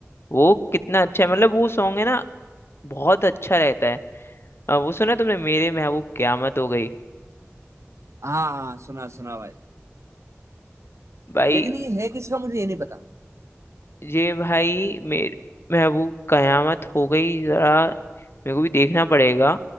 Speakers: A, on the left; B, on the right.
A: वो कितना अच्छा है मतलब वो सॉन्ग है ना बहुत अच्छा रहता है अ, वो सुना तुमने मेरे महबूब क्यामत हो गई
B: हाँ हाँ, सुना सुना भाई
A: भाई
B: लेकिन ये है किसका मुझे ये नहीं पता
A: ये भाई मेरे महबूब कयामत हो गई जरा मेरे को भी देखना पड़ेगा